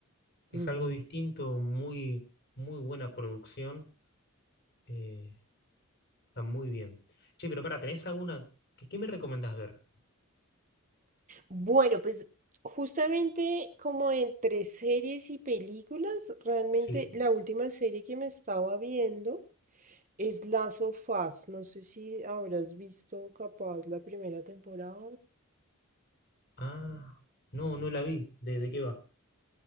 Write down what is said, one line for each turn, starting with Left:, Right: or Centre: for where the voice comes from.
Left: Es
Right: Ujú.
Left: algo distinto, muy, muy buena producción. eh, Está muy bien. Che, pero para, ¿tenés alguna? ¿Qué, qué me recomendás ver?
Right: Bueno, pues justamente como entre series y películas, realmente
Left: Sí.
Right: la última serie que me estaba viendo es Last of Us. No sé si habrás visto capaz la primera temporada.
Left: Ah, no, no la vi. ¿De, de qué va?